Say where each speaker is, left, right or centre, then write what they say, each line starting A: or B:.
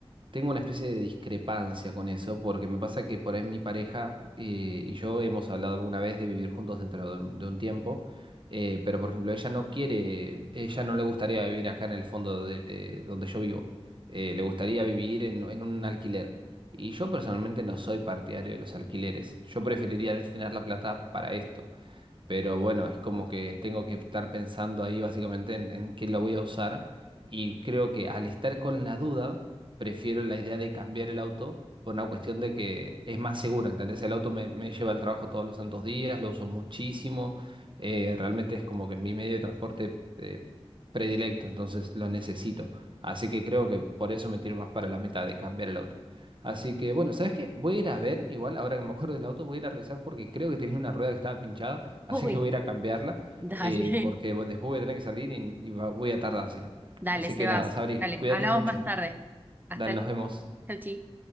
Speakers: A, on the right; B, on the right.
A: tengo una especie de discrepancia con eso, porque me pasa que por ahí mi pareja eh, y yo hemos hablado alguna vez de vivir juntos dentro de un, de un tiempo, eh, pero por ejemplo, ella no quiere, ella no le gustaría vivir acá en el fondo de de donde yo vivo, eh, le gustaría vivir en, en un alquiler. Y yo personalmente no soy partidario de los alquileres, yo preferiría destinar la plata para esto. Pero bueno, es como que tengo que estar pensando ahí básicamente en, en qué lo voy a usar. Y creo que al estar con la duda, prefiero la idea de cambiar el auto por una cuestión de que es más seguro, ¿entendés? El auto me, me lleva al trabajo todos los santos días, lo uso muchísimo. eh, realmente es como que mi medio de transporte eh, predilecto, entonces lo necesito. Así que creo que por eso me tiro más para la meta de cambiar el auto. Así que bueno, ¿sabes qué? Voy a ir a ver, igual ahora que me acuerdo del auto, voy a ir a revisar porque creo que tenía una rueda que estaba pinchada, así
B: Uy.
A: que voy a ir a cambiarla,
B: Dale,
A: eh, porque bueno, después voy a tener que salir y, y va- voy a tardar, si no.
B: <laughs> dale,
A: Así
B: Sebas.
A: que nada, Sabri,
B: Dale,
A: cuídate
B: hablamos
A: mucho.
B: más tarde. Hasta
A: Dale,
B: luego.
A: nos vemos.
B: Chau, chi.